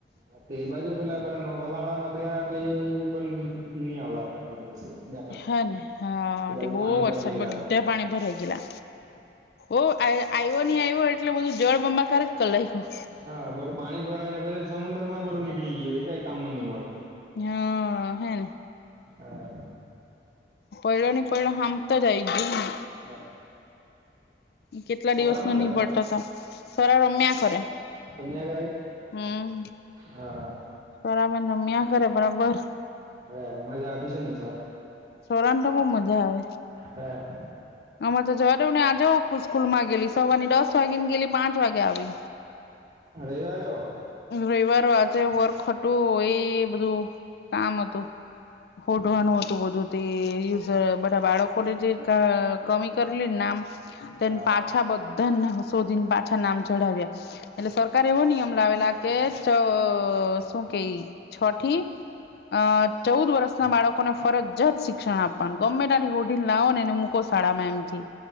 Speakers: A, on the right (about 45°); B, on the left (about 60°).
A: ા એ બાજુ પેલા બધા નવ વલહાળ વાળા નોકરીવાળા તે ની આવા હે દિવસે. બે ત્રણ
B: હં હ
A: એ બાજુ
B: તે બો
A: પાણી
B: વરસાદ
A: ભરાઈ ગયેલા
B: બધ્ધે
A: હતા
B: પાણી ભરાઈ ગેલા. ઓ આય આયવો ની આયવો એટલે બધું જળબ્બાકાર જ કલાયખું.
A: હા બધું પાણી ભરાય ને પછી સમુદર માં બધું નીકળી ગયું એ કઈ કામ નું ની મળે.
B: હં હેંને.
A: હા.
B: પડયો ની પયડો હામટો જ આવી ગીયો.
A: હા
B: કેટલા
A: સ્વરા
B: દિવસનો
A: હું
B: ની
A: કરે
B: પડતો હતો, ત સર રમ્યા કરે.
A: રમ્યા કરે કે?
B: હમ,
A: હા
B: થોડા રમ્યા કરે બરાબર.
A: હા, મજા આવતી સે ને?
B: સરાને તો બો મજા આવે.
A: હા.
B: અમારે તો જવાદેવોની આજે ઓ ક સ્કૂલમાંગેલી સવારની દસ વાગે ની ગેલી આઠ વાગે આવી.
A: રવીવારે હો?
B: રઇવાર આજે વર્ક હતું એ બધું કામ હતું, હોડવાનું
A: હા
B: હતું‌. હતું બધું તે યુઝ બધા બાળકોને જે કા કમી કરેલીને નામ તેન
A: હા
B: પાંચ પાછા બધાન શોધીને પાછા નામ ચઢાવ્યા એટલે સરકારે એવો નિયમ લાવેલા કે ચ શું કેવી છઠી અ ચૌદ વર્ષના બાળકોને ફરજિયાત શિક્ષણ આપવાનું ગમ્મે તાથી હોધીને લાવોને અને મુકો શાળામાં એમ કેય